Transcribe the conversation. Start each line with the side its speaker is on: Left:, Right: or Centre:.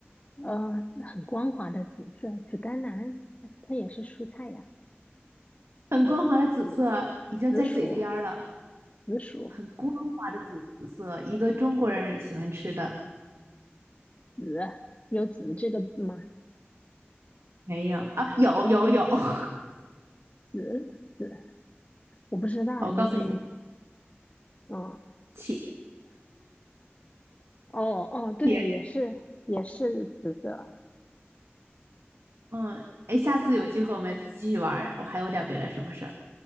Left: 呃，很光滑的紫色，紫甘蓝，它它也是蔬菜呀，
Right: 很光滑的紫色，已经在嘴边儿了，
Left: 紫薯，紫薯，
Right: 很光滑的紫色，一个中国人喜欢吃的。
Left: 紫，有紫这个字吗？
Right: 没有啊，有有有，<laughs>
Left: 紫紫，我不知道，
Right: 我告诉你，
Left: 你你嗯，
Right: 茄
Left: 哦哦，对，
Right: 茄，
Left: 也是也是紫色。
Right: 嗯，哎，下次有机会我们继续玩儿，我还有点别的什么事儿。